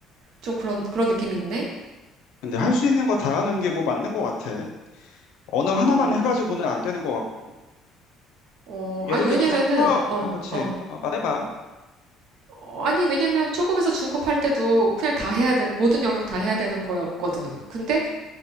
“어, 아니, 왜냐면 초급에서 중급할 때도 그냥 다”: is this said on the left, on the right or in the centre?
Right